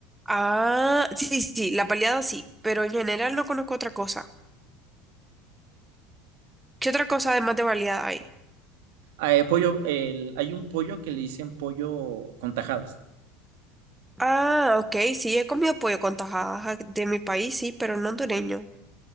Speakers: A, in the centre; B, on the right.
A: Ah, sí, sí, sí, la baleada sí, pero en general no conozco otra cosa. ¿Qué otra cosa además de baleada hay?
B: Ah, eh, pollo, el- hay un pollo que le dicen pollo con tajadas.
A: Ah, ok, sí, he comido pollo con tajadas de mi país, sí, pero no hondureño.